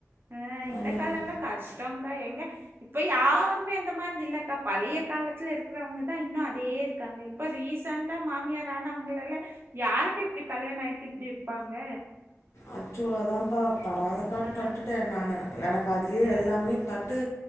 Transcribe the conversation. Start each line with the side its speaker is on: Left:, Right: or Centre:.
Right: அ இந்த
Left: என்னப்பா
Right: கஷ்டோங்க்கா எங்க இப்ப யாருமே அந்த மாதி இல்லக்கா பழைய காலத்துல இருக்றவங்கதா இன்னு அதே இருக்காங்க இப்ப ரீசண்ட்டா மாமியார் ஆனவங்களெல்ல யாருக்கு இப்டி கல்யாண ஆயிட் இப்டி இர்ப்பாங்க
Left: அச்சோ அதாப்பா படாத பாடு
Right: ஆ,
Left: பட்டுட்டே நானு எனக்கு அதுலேயே
Right: ஆ,
Left: எல்லாமே பட்டு